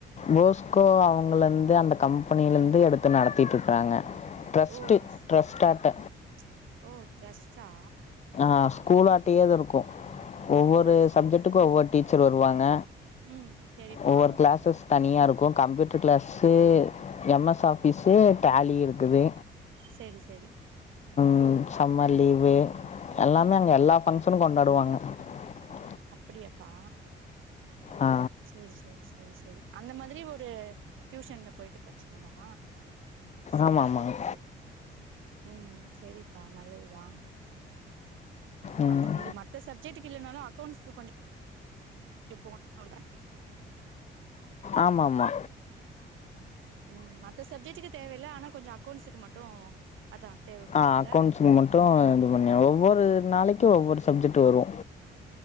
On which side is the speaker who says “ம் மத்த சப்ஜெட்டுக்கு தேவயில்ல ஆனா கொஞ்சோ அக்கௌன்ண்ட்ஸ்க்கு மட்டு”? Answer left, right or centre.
Right